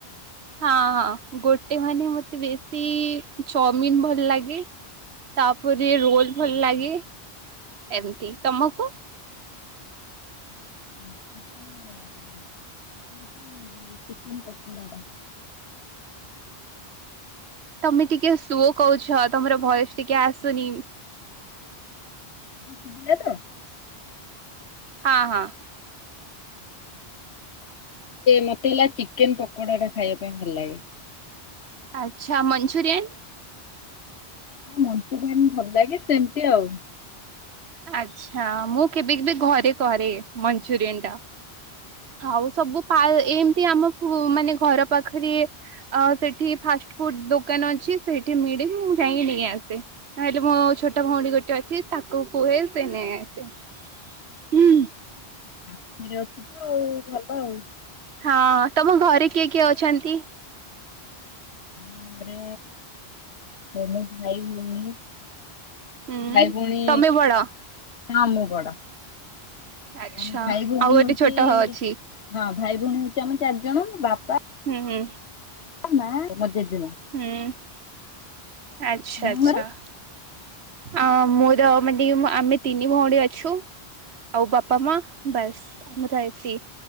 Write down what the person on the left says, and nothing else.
<inaudible>
ଖିଝିଲ ତ <inaudible>
ମତେ ହେଲା ଚିକେନ ପକୋଡା ଟା ଖାଇବା ପାଇଁ ଭଲ ଲାଗେ।
ମଞ୍ଚୁରିଆନ ଭଲ ଲାଗେ ସେମତି ଆଉ।
ଖିରେ ଅଛି ତ ଆଉ ଭଲ ଆଉ।
ଆମ ଘରେ ମମ ଭାଇ ହି <inaudible>
ଭାଇ ଭଉଣୀ
ହଁ ମୁଁ ବଡ।
ଆମ ଭାଇ ଭଉଣୀ
ହଉଛି
ହଁ ଭାଇ ଭଉଣୀ ହଉଛି ଆମ ଚାରିଜଣ ବାପା
ମା ମଝ <unintelligible> ଦିନ
ଆମ
ଘରେ